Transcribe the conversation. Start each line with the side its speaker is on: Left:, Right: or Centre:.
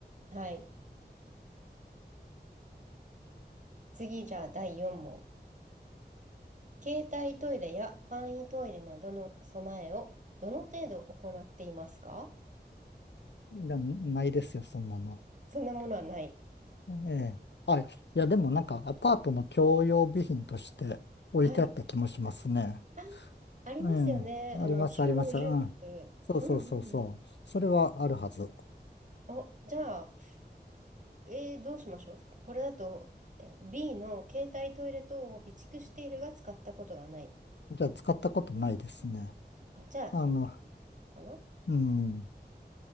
Right: はい。次、じゃあ第4問。携帯トイレや簡易トイレなどの備えをどの程度行っていますか
Left: いやないですよ、そんなの。
Right: そんなものはない。
Left: ええ。あ、いや、でもなんかアパートの共用備品として置いてあった気もしますね。
Right: はい。あ、ありますよね。
Left: うん。あります、
Right: あの、集合住宅。
Left: あります。うん。そうそうそうそう。
Right: うんうん。
Left: それはあるはず。
Right: お、じゃあ、えーどうしましょう。これだと、えー B の携帯トイレ等を備蓄しているが使ったことがない。
Left: じゃあ使ったことないですね。
Right: あ、じゃあ、
Left: あの、
Right: かな
Left: うん。